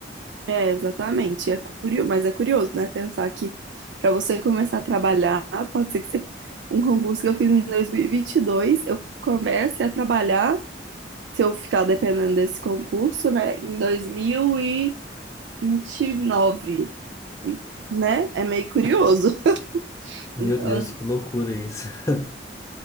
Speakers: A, on the right; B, on the left.
A: É, exatamente. É curioso, mas é curioso, né? Pensar que para você começar a trabalhar, pode ser que você- um concurso que eu fiz em 2022, eu comece a trabalhar, se eu ficar dependendo desse concurso, né, em 2029, E, vinte e nove, né? É meio curioso. <laughs>
B: Meu
A: Então,
B: Deus,
A: assim,
B: que loucura isso. <laughs>